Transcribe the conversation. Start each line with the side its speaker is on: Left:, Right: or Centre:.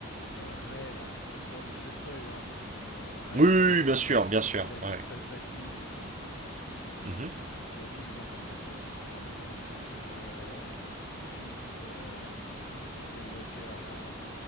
Left: euh, Rey, là, tu vois, bon, je te spoil, hein, parce que bon, euh, Rey,
Right: Oui, oui,
Left: c'est la, fi-
Right: oui, bien
Left: c'est
Right: sûr,
Left: la,
Right: bien sûr.
Left: c'est la fille
Right: Ouais.
Left: de Palpatine, enfin, enfin,
Right: Mhm.
Left: c'est la fille des enfants de Palpatine, pardon. Euh, le fixe, le nouveau Skywalker, là, euh,